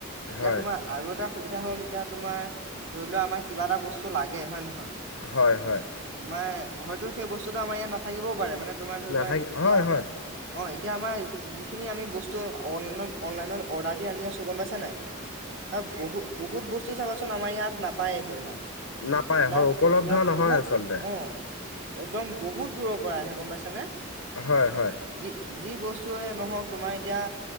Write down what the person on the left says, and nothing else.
হয়
হয় হয়
নাথাকে
হয় হয়
নাপায়
হয় উপলব্ধ
নহয়
আচলতে
হয় হয়